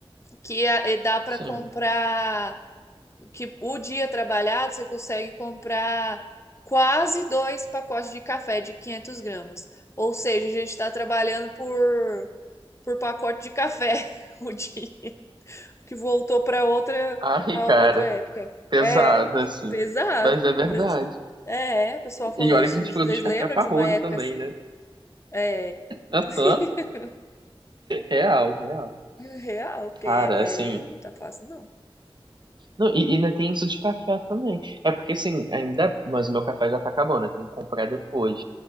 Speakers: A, on the left (about 30°); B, on the right (about 50°).
A: Que é- é dá pra
B: sim.
A: comprar. que o dia trabalhado você consegue comprar quase dois pacotes de café de 500 gramas. Ou seja, a gente está trabalhando por, por pacote de café <laughs> o dia que voltou para outra
B: Ai,
A: a
B: cara.
A: outra época.
B: Pesado,
A: É
B: assim.
A: pesado.
B: Mas é verdade.
A: pes- É, o pessoal falou.
B: E olha
A: Vocês,
B: que a gente falou
A: vocês
B: dos café
A: lembram
B: parrudo
A: de uma época
B: também,
A: assim?
B: né?
A: É
B: Aham.
A: <laughs>
B: Real, real.
A: real, porque
B: Cara,
A: é,
B: assim.
A: é, não tá fácil não.
B: Não, e e ainda tem isso de café também. É porque, assim, ainda. Mas o meu café já tá acabando, eu tenho que comprar depois.